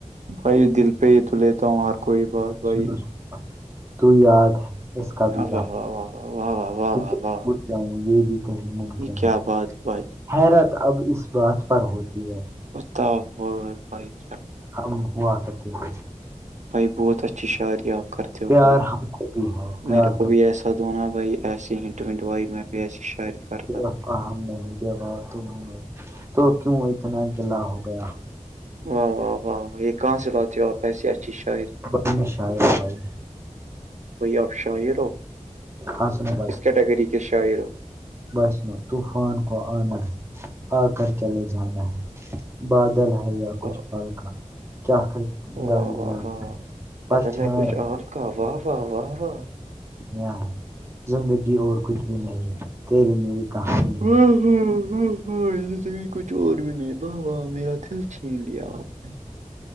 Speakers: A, on the right; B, on the right.
A: بھائی دل پہ ہی تو لیتا ہوں ہر کوئی بات بھائی
B: سنا تو یاد اس کا
A: واہ
B: بھی جامچاؤ
A: واہ واہ واہ واہ واہ واہ واہ واہ،
B: یہ بھی کہیں ممکن
A: یہ کیا
B: ہو
A: بات ہے
B: <inaudible>
A: بھائی
B: حیرت اب اس بات پر ہوتی ہے
A: بھائی کیا
B: ہم ہوا کرتے تھے
A: بھائی بہت اسھ شعری آیاف کر <inaudible>
B: پیار
A: بھائی
B: ہم کو بھی ہے پیار
A: میرے کو
B: تم
A: بھی ایسا دھونا بھائی ایسی ہٹ وٹ بھائی میں بھی ایسی شاعری کرتا
B: اپا ہم نہیں دیوا تم نہیں تو کیوں اتنا گلا ہو گیا <inaudible>
A: واہ واہ واہ و <inaudible> کہ سے لات دی ہو آپ ایسی اچھی شاعری
B: بڑی میں شاعر ہوں بھائی
A: <unintelligible> بائی آپ شاعر ہو
B: ہاں سنو
A: کس کیٹیگری کے شاعر ہو
B: بسنو طوفان کو آنا ہے آ کر چلے جانا ہے <inaudible> بادل ہے یا کچھ
A: واہ
B: پالکا کیاخر
A: واہ
B: گلڈ
A: واہ
B: جا رہا
A: واہ واہ
B: ہے پرچ
A: بدل ہے کچھ
B: رہ
A: اور
B: <inaudible>
A: کا واہ واہ واہ واہ <inaudible>
B: یہ ہے زندگی اور کچھ بھی نہیں تیری میری کہانی
A: ہوں
B: ہے
A: <inaudible> ہاں ہاں ہاں اس سے کچھ اور بھی نہیں بوا میرا دل چھین لیا آپ نے <inaudible>